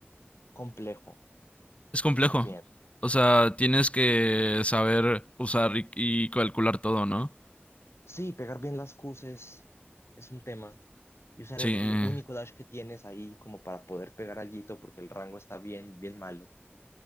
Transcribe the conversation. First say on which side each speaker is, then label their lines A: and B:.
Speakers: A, on the left (about 85°); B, on the left (about 30°).
A: complejo
B: Es complejo.
A: de usar bien.
B: O sea, tienes que saber usar y y calcular todo, ¿no?
A: Sí, pegar bien las Qs es, es un tema. Y usar
B: Sí.
A: el
B: eh,
A: único dash que tienes ahí como para poder pegar alguito porque el rango está bien, bien malo.